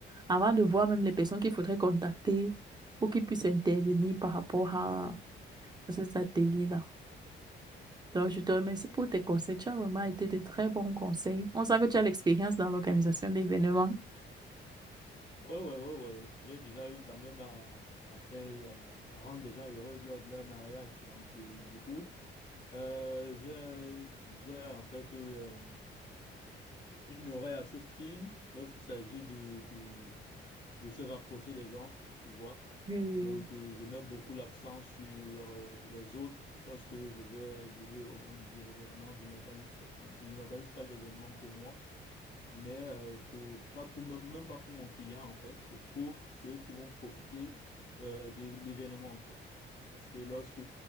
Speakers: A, on the right; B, on the left.
A: Avant de voir même les personnes qu'il faudrait contacter pour qu'ils puissent intervenir par rapport à, ces ateliers-là. Donc, je te remercie pour tes conseils. Tu as vraiment été de très bons conseils. On sent que tu as l'expérience dans l'organisation d'événements.
B: Ouais, ouais, ouais, ouais. J'ai déjà eu quand même à, à faire, à, à rendre des gens heureux lors de leur mariage. Donc, euh, du coup, euh, j'ai, j'ai en fait euh, une oreille assez fine lorsqu'il s'agit de, de, de se rapprocher des gens, tu vois.
A: Oui, oui,
B: Donc,
A: oui.
B: euh, je mets beaucoup l'accent sur euh, les autres. Lorsque je veux, je veux organiser l'événement, je n'organise pas, je n'organise pas l'événement pour moi mais euh, pour, pas pour, même, même pas pour mon client, en fait. C'est pour ceux qui vont profiter euh, de l'événement, en fait. Parce que lorsque